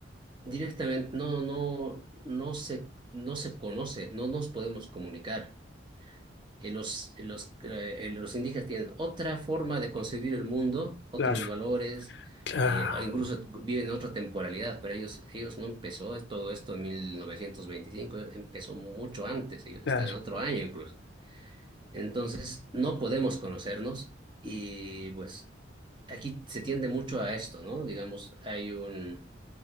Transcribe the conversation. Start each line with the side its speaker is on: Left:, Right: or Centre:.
Right: directamente no, no, no se, no se conoce, no nos podemos comunicar. eh, los, eh, los, eh, eh, los indígenas tienen otra forma de concebir el mundo, otros
Left: Claro,
Right: valores,
Left: claro,
Right: eh, e incluso viven en otra temporalidad, pero ellos, ellos no empezó todo esto en 1925, empezó mucho antes, ellos
Left: claro,
Right: están en otro año incluso. Entonces, no podemos conocernos y pues aquí se tiende mucho a esto, ¿no? Digamos, hay un,